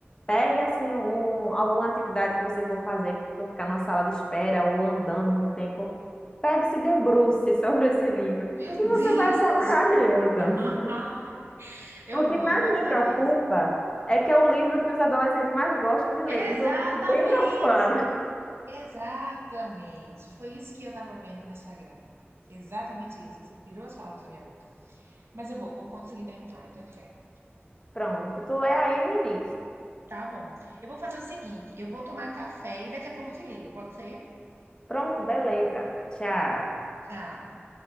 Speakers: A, on the left (about 20°); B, on the right (about 70°).
A: Pegue, assim, um, alguma atividade que você for fazer, que for ficar numa sala de espera ou andando muito tempo. Pegue, e se debruce <laughs> sobre esse livro,
B: Meu
A: que você
B: Deus!
A: vai achar <laughs> maravilhoso.
B: <laughs> Ai, Eu
A: O que
B: vou,
A: mais
B: eu vou
A: me
B: fazer
A: preocupa
B: isso.
A: é que é o livro que os adolescentes mais gostam de ler,
B: Exatamente!
A: então eu fico bem preocupada.
B: Exatamente! Foi isso que eu tava vendo no Instagram. Exatamente isso. Você tirou as palavras da minha boca. Mas eu vou, vou conseguir terminar, eu tenho fé.
A: Pronto, tu lê aí e me diz.
B: Tá bom. Eu vou fazer o seguinte: eu vou tomar café e daqui a pouco eu te ligo, pode ser?
A: Pronto, beleza. Tchau.
B: Tchau.